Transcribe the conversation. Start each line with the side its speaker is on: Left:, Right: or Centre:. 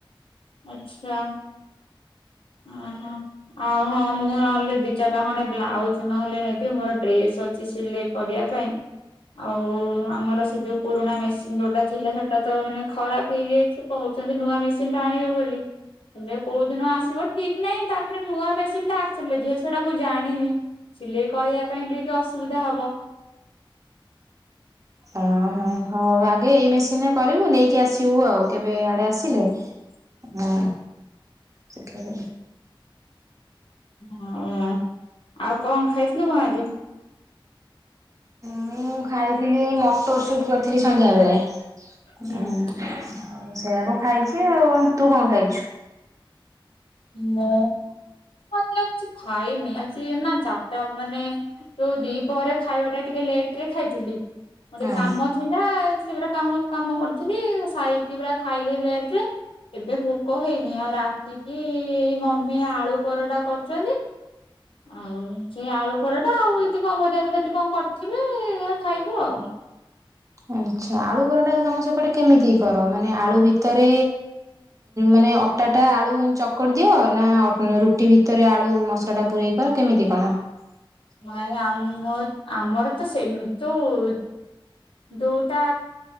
Left: ଆଛା। ଓହୋ ଆଉ ହଁ ମୁଁ ନହଲେ ଦି ଚାରିଟା ଖଣ୍ଡେ ବ୍ଲାଉଜ ନହେଲେ ନେବି ମୋର ଡ୍ରେସ ନଉଛି ସିଲେଇ କରିବା ପାଇଁ ଆଉ ଆମର ସେ ଯୋଉ ପୁରୁଣା ମେସିନ ଯୋଉଟା ଥିଲା ସେଟା ତ ମାନେ ଖରାପ ହେଇଯାଇଛି କହୁ ନୂଆ ମେସିନ୍ ଟା ଆଣିବେ ବୋଲି ହେଲେ କୋଉଦିନ ଆସିବ ଠିକ ନାହିଁ ତାପରେ ନୂଆ ମେସିନଟା ଆସିଲେ ଝିଅ ସେଟା ମୁଁ ଜାଣିନି। ସିଲେଇ କରିଆ ପାଇଁ ଟିକେେ ଅସୁବିଧା ହବ।
Right: ଓହ ହଉ ଆଗେ ଏଇ ମେସିନରେ କରିବୁ ନେଇକି ଆସିବୁ ଆଉ କେବେ ଆଡେ ଆସିଲେ ହଁ ସେଖ
Left: ହଁ ଆଉ କଣ ଖାଇଥିଲୁ କଣ ଆଜି?
Right: ମୁଁ ଖାଇଥିଲି ଏଇ ମଟର ସୁପ କରିଥିଲି ସନ୍ଧ୍ୟା ବେଳେ।
Left: ହୁଁ।
Right: ହ ସେଆ କଣ ଖାଇଛି ଆଉ ତୁ କଣ ଖାଇଛୁ?
Left: ମୁଁ। ମତ କିଛି ଖାଇନି ଆଜି ନା ଚାରିଟା ମାନେ ଯୋଉ ଦି ପହରେ ଖାଇବା ଟା ଟିକେ ପ୍ଲେଟରେ ଖାଇଥିଲି ଗୋଟେ
Right: ହଁ
Left: କାମ ଥିଲା ସେ ପୁରା କାମ କାମ କରିଥିଲି ସାରିକି ପୁରା ଖାଇଲି ଲେଟ୍ ରେ ଏବେ ଭୋକ ହେଇନି ଆଉ ରାତି କିି ଏଇ ମମି ଆଳୁ ପରଟା କରୁଛନ୍ତି ଆଉ ସେଇ ଆଳୁ ପରଟା ଆଉ ଯଦି କଣ ଭଜା ଯଦି କଣ କରିଥିବେ ଖାଇବୁ ଆଉ।
Right: ଆଛା ଆଳୁ ପରଟା ତମ ସେପଟେ କେମିତି କର ମାନେ ଆଳୁ ଭିତରେ ମାନେ ଅଟାଟା ଆଳୁ ଚକଡ଼ି ଦିଅ ନା ରୁଟି ଭିତରେ ଆଳୁ ମସଲାଟା ପୁରେଇ କର କେମିତି କଣ? ା
Left: ନାଇଁ ଆମ ଆମର ତ ସେମ ଯୋଉ ଯୋଉଟା